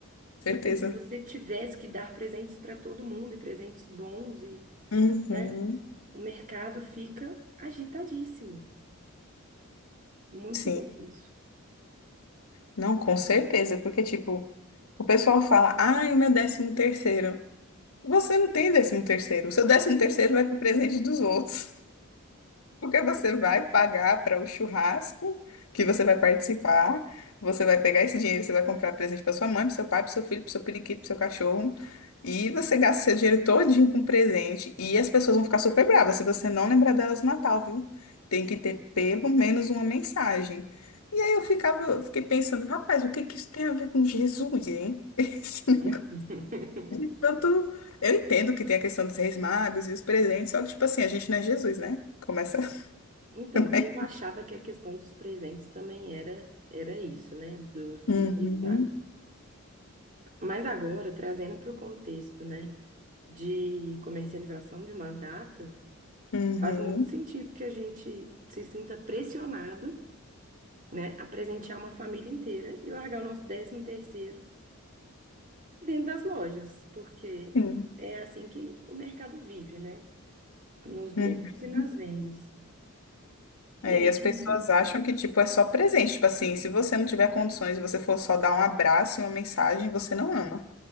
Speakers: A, on the left; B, on the right.
A: Certeza.
B: é como se você tivesse que dar presentes para todo mundo e presentes bons e,
A: Uhum.
B: né? O mercado fica agitadíssimo. Muito
A: Sim,
B: louco isso.
A: não, com certeza, porque tipo, o pessoal fala, ai, o meu décimo terceiro. Você não tem décimo terceiro. O seu décimo terceiro vai para o presente dos outros. <laughs> Porque você vai pagar para o churrasco que você vai participar. Você vai pegar esse dinheiro, você vai comprar presente para sua mãe, para seu pai, para seu filho, para seu periquito, para seu cachorro. E você gasta seu dinheiro todinho com presente. E as pessoas vão ficar super bravas se você não lembrar delas no Natal, viu? Tem que ter pelo menos uma mensagem. E aí eu ficava, eu fiquei pensando, rapaz, o que que isso tem a ver com Jesus, hein? <laughs>
B: <laughs>
A: De pronto, eu entendo que tem a questão dos reis magos e os presentes, só que, tipo assim, a gente não é Jesus, né? Começa. <laughs>
B: Então,
A: por aí.
B: eu achava que a questão dos presentes também era era isso, né? Dos, dos
A: Uhum,
B: derivados. Mas agora, trazendo para o contexto, né? de comercialização de uma data,
A: uhum,
B: faz muito sentido que a gente se sinta pressionado, né, a presentear uma família inteira e largar o nosso décimo terceiro dentro das lojas, porque
A: sim,
B: é assim que o mercado vive, né? Nos lucros
A: uhum.
B: e nas vendas.
A: É,
B: E aí
A: e as
B: quem
A: pessoas
B: só...
A: acham que, tipo, é só presente. Tipo assim, se você não tiver condições e você for só dar um abraço e uma mensagem, você não ama.